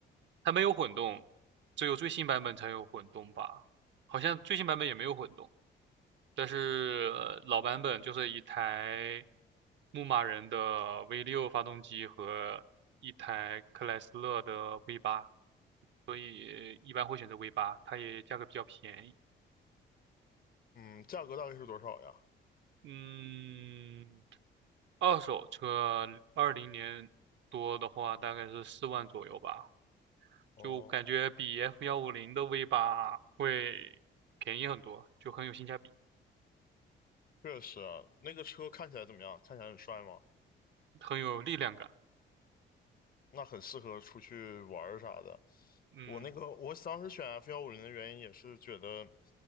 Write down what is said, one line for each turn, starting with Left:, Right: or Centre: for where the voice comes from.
Right: 它没有混动，只有最新版本才有混动吧，好像最新版本也没有混动。但是呃老版本就是一台牧马人的 V6 发动机和一台克莱斯勒的 V8，也一般会选择 V8，它也价格比较便宜。
Left: 嗯，价格大概是多少呀？
Right: 嗯，二手车二零年多的话，大概是四万左右吧，
Left: 哦，
Right: 就感觉比 F 幺五零的 V8 会便宜很多，就很有性价比，
Left: 确实啊，那个车看起来怎么样？看起来很帅吗？
Right: 很有力量感。
Left: 那很适合出去玩儿啥的。
Right: 嗯
Left: 我那个我当时选 F 幺五零的原因也是觉得，